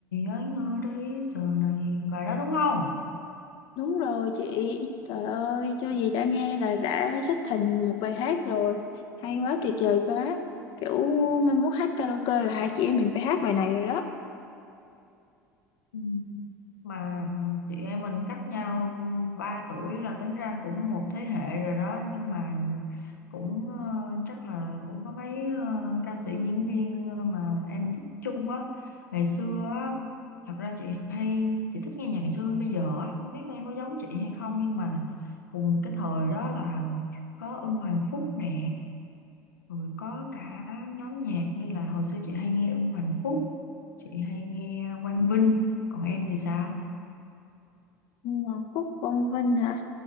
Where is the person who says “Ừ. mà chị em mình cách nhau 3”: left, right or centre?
Left